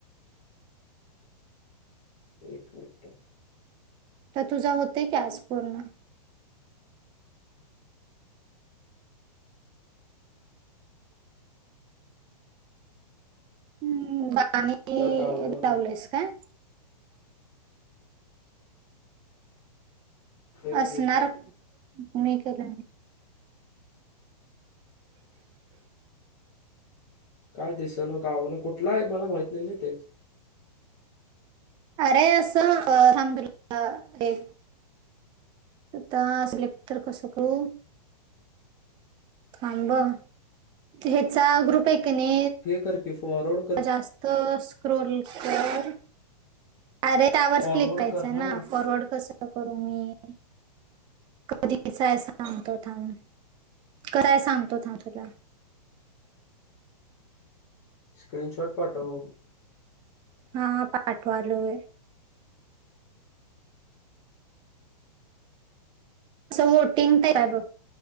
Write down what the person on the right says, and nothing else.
त तुझं होतेय की आज पूर्ण हम्म आणि तू
लावलस काय?
असणार
मी केलय.
अरे अस अ ठाम तुला हे आता सिलेक्टर तर कसं करू? थांब अ ह्याचा ग्रुप आहे क नी
जास्त स्क्रोल कर. अरे त्यावरच
क्लिक करायचं
न, फॉरवर्ड कसं करू मी? कधी <unintelligible> सांगतो थांब, कराया सांगतो थांब तुला.
हा पाठवालोय. असं वोटिंग ते काय बघ